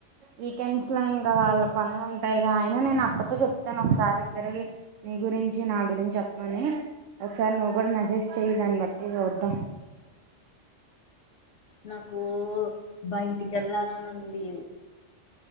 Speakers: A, on the right; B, on the left.
A: వీకెండ్స్ అట్లా ఇంకా వాళ్ళ పనులు ఉంటాయ్గా అయన నేను అక్కతో చెప్తాను ఒకసారి ఇద్దరికి నీ గురించి నా గురించి చెప్పని ఒక్సారి నువ్ కూడా మేసేజ్ చేయ్దాని లెట్టే చూద్దాం
B: నాకు బయటకేల్లాలని ఉంది